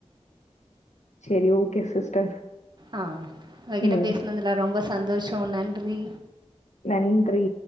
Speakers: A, on the left; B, on the right.
A: சேரி ஓகே சிஸ்டர்
B: அ உங்ககிட்ட
A: ம்.
B: பேசுனதுல ரொம்ப சந்தோஷ நன்றி
A: நன்றி